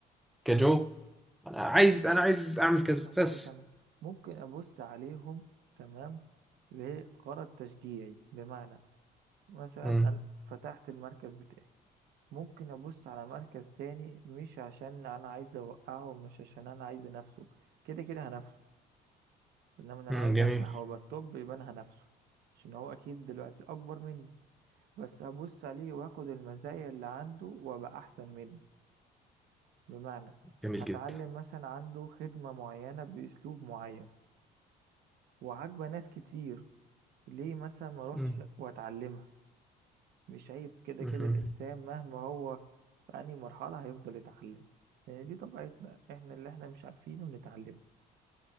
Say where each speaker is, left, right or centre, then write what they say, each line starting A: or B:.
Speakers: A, in the centre; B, on the right (about 75°).
A: كجو انا عايز انا عايز اعمل كذا
B: انا
A: بس
B: عايز أعمل- ممكن ابص عليهم تمام لغرض تشجيعي بمعنى مثلا
A: امم
B: أنا فتحت المركز بتاعي ممكن أبص على مركز تاني مش عشان أنا عايز أوقعه ومش عشان أنا عايز أنافسه كده كده هنافسه إنما إن أنا
A: امم
B: عايز
A: جميل
B: أنجح وأبقى التوب يبقى أنا هنافسه عشان هو أكيد دلوقتي أكبر مني بس هبص عليه وآخد المزايا اللي عنده وأبقى أحسن منه بمعنى
A: جميل
B: هتعلم
A: جدا
B: مثلا عنده خدمة معينة بأسلوب معين وعاجبة ناس كتير ليه مثلا ما أروحش
A: امم
B: وأتعلمها مش عيب كده
A: امم
B: كده الإنسان مهما هو في أي مرحلة هيفضل يتعلم يعني دي طبيعتنا احنا اللي احنا مش عارفينه بنتعلم